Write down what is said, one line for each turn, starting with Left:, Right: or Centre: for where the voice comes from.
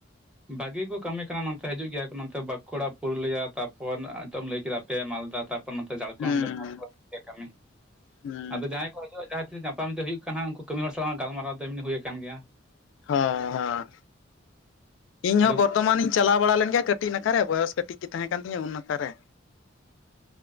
Centre: ᱵᱷᱟᱹᱜᱮ ᱠᱚ ᱠᱟᱹᱢᱤ ᱠᱟᱱᱟ ᱱᱚᱛᱮ ᱦᱤᱡᱩᱜ ᱜᱮᱭᱟ ᱠᱚ ᱱᱚᱛᱮ ᱵᱟᱸᱠᱩᱲᱟ ᱯᱩᱨᱩᱞᱤᱭᱟ ᱛᱟᱯᱚᱨ ᱱᱤᱛᱚᱜ ᱮᱢ ᱞᱟᱹᱭ ᱠᱮᱫᱟ ᱯᱮ ᱢᱟᱞᱫᱟ ᱛᱟ ᱯᱚᱨ ᱱᱚᱛᱮ ᱡᱷᱟᱲᱠᱷᱚᱱᱰ
Left: ᱦᱩᱸ
Centre: ᱦᱚᱲ ᱠᱟᱹᱢᱤ
Left: ᱦᱩᱸ
Centre: ᱟᱫᱚ ᱡᱟᱦᱟᱭ ᱠᱚ ᱦᱤᱡᱩᱜ-ᱟ ᱡᱟᱦᱟᱸ ᱛᱤᱥ ᱧᱟᱯᱟᱢ ᱫᱤ ᱦᱩᱭᱩᱜ ᱠᱟᱱᱟᱜ ᱩᱱᱠᱩ ᱠᱟᱹᱢᱤ ᱦᱚᱲ ᱥᱟᱞᱟᱜ ᱜᱟᱞᱢᱟᱨᱟᱣ ᱫᱚ ᱮᱢᱱᱤ ᱦᱩᱭ ᱠᱟᱱ ᱜᱮᱭᱟ᱾
Left: ᱦᱮ ᱦᱮᱸ ᱤᱧ
Centre: ᱟᱫᱚ
Left: ᱦᱚᱸ ᱵᱚᱨᱫᱷᱚᱢᱟᱱᱤᱧ ᱪᱟᱞᱟᱣ ᱵᱟᱲᱟ ᱞᱮᱱ ᱜᱮᱭᱟ ᱠᱟᱹᱴᱤᱡ ᱱᱟᱠᱟ ᱨᱮ ᱵᱚᱭᱚᱥ ᱠᱟᱹᱴᱤᱡ ᱜᱮ ᱛᱟᱦᱮᱸ ᱠᱟᱱ ᱛᱤᱧᱟᱹ ᱩᱱ ᱱᱟᱠᱷᱟᱨᱮ